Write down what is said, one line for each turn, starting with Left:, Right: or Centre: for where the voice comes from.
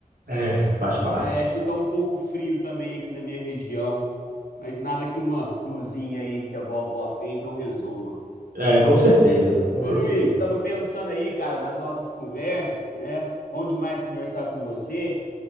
Right: É, faz parte.
Left: É que tá um pouco frio também aqui na minha região, mas nada que uma blusinha aí que a vovó fez não resolva.
Right: É, com certeza, com
Left: Ô,
Right: certeza.
Left: Luiz, estava pensando aí, cara, nas nossas conversas, né? Bom demais conversar com você.